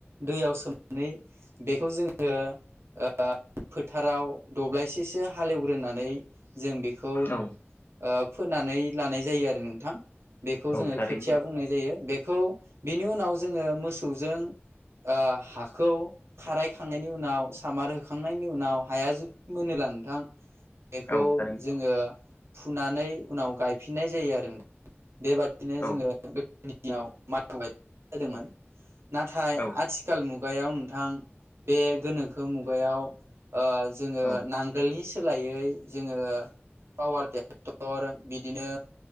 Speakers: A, on the right; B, on the left.
A: दैयाव सोमानै बेखौ जोङो ओ फोथाराव दब्लायसेसो हालेवग्रोनानै जों बेखौ ओ
B: औ
A: फोनानै लानाय जायो आरो नोंथां बेखौ
B: औ
A: जोङो
B: थारैनो
A: खोथिया
B: नोंथां
A: बुंनाय जायो बे खौ बिनि उनाव जोङो मोसौजों ओ हाखौ खाराय थांनायनि उनाव सामार होखांनायनि उनाव हाया जुदि मोनोब्ला नोंथां बेखौ
B: औ थारैनो
A: जोङो फुनानै उनाव गायफिननाय जायो आरो बेबादिनो जोङो
B: औ
A: <unintelligible> माइ हाय जादोंमोन नाथाय
B: औ
A: आथिखाल मुगायाव नोंथां बे गोनोखो मुगायाव ओ जोङो
B: औ
A: नांगोलनि सोलायै जोङो पावार ट्रेक्टर बिदिनो